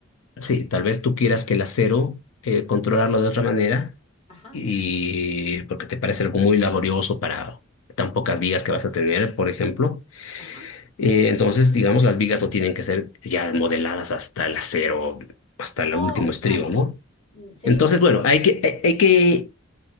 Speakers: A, on the left; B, on the left.
A: sí, tal vez tú quieras que el acero eh, controlarlo de otra manera
B: Ajá,
A: y porque te parece algo muy laborioso para tan pocas vigas que vas a tener, por ejemplo.
B: ajá.
A: Eh, entonces, digamos, las vigas no tienen que ser ya modeladas hasta el acero, hasta el
B: No,
A: último estribo,
B: claro.
A: ¿no?
B: Mm, Sería
A: Entonces,
B: un,
A: bueno, hay que, hay, hay que,